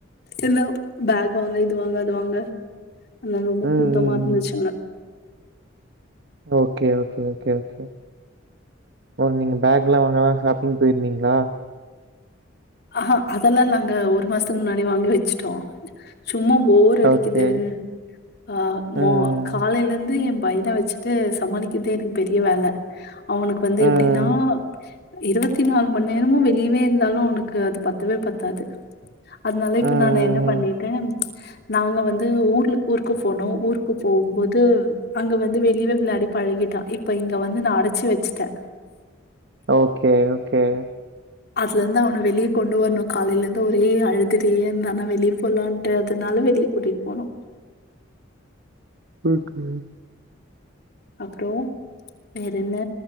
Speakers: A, on the left; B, on the right.
A: எல்லா பேக் வாங்க இது வாங்க அது வாங்க எல்லா ரொம்ப
B: ம்
A: கூட்டமா
B: ம்
A: இருந்துச்சுங்க
B: ம் ஓகே ஓகே ஓகே ஓகே ஒரு நீங்க பேக்லா வாங்கலா ஷாப்பிங் போயிருந்தீங்ளா
A: ஆஹா அதெல்லா நாங்க ஒரு மாசத்துக்கு முன்னாடியே வாங்கி வச்சுட்டோ சும்மா போர் அடிக்குது
B: ஓகே
A: ஆ மோ
B: ம்,
A: காலைலந்து ஏ பையன வச்சு ட்டு சமாளிக்கிர்தே எனக்கு பெரிய வேல அவனுக்கு வந்து
B: ம்,
A: எப்டின்னா இருவத்தி நாலு மணி நேரமு வெளியவே இருந்தாலு அவனுக்கு அது பத்தவே பத்தாது அதுனால இப்ப
B: ம்.
A: நானு என்ன பண்ணிட்டே நாங்க வந்து ஊர்ல ஊருக்கு போனோ ஊருக்கு போகும்போது அங்க வந்து வெளியவே விளயாடி பழகிட்டா இப்ப இங்க வந்து நா அடச்சி வச்சிட்டே
B: ஓகே ஓகே
A: அதுலருந்து அவன வெளிய கொண்டு வரனு காலைலருந்து ஒரே அழுதுட்டேருந்தானா வெளிய போலாட்டு அதுனால வெளிய கூட்டிட்டு போனோ
B: ம் ம்
A: அப்றோ வேறென்ன